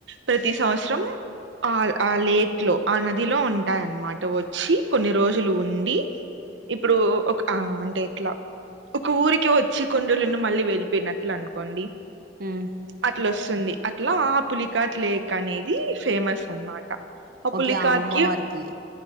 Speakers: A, on the right; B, on the right.
A: ప్రతి సంవత్సరం ఆ ఆ లేట్ లో ఆ నదిలో ఉంటాయన్నమాట వచ్చి కొన్ని రోజులు ఉండి ఇప్పుడు ఒక అన్ అంటే ఎట్లా ఒక ఊరికి వచ్చి కొన్ని రోజులు ఉండి మళ్ళీ వెళ్ళిపోయినట్లు అనుకోండి
B: ఉమ్
A: అట్లొస్తుంది అట్లా ఆ పులికట్ లేక్ అనేది ఫేమస్ అనమాట ఆ
B: ఓకే
A: పులికాట్
B: అమ్మవారికి
A: కీ